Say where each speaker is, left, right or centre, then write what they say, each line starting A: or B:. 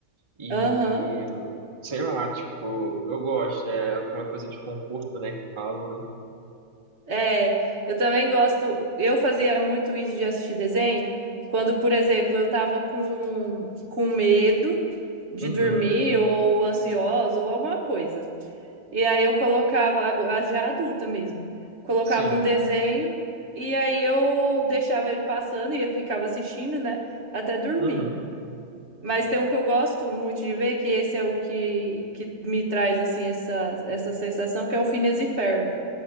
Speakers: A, on the right; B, on the right.
A: E
B: Aham.
A: sei lá, tipo, eu gosto, é aquela coisa de conforto, né, que falam, né?
B: É, eu também gosto. Eu fazia muito isso de assistir desenho quando, por exemplo, eu tava com, com medo de
A: Uhum,
B: dormir ou ansiosa ou alguma coisa. E aí eu colocava, agora- já adulta mesmo, colocava
A: sim.
B: um desenho e aí eu deixava ele passando e eu ficava assistindo, né, até dormir.
A: Uhum.
B: Mas tem um que eu gosto muito de ver, que esse é o que, que me traz, assim, essa, essa sensação, que é o Phineas e Ferb.